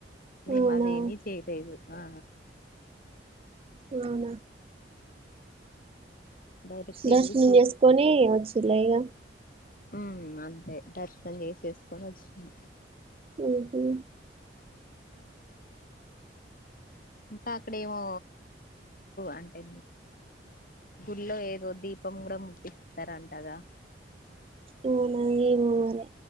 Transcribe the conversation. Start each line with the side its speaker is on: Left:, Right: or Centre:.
Left: మేము
Right: అవునా
Left: అదేమీ చేయలేదు ఆ
Right: అవునా
Left: డైరెక్ట్
Right: దర్శనం
Left: వెళ్ళి
Right: చేసుకొని వచ్చిలాగా
Left: ఉ అంతే దర్శనం చేసేస్ కొని వచ్చిన
Right: ఓహో
Left: ఇంకా అక్కడేమో అంటే గుడిలో ఏదో దీపం కూడా ముట్తిస్తారంటగా
Right: అవునా ఏమో మరి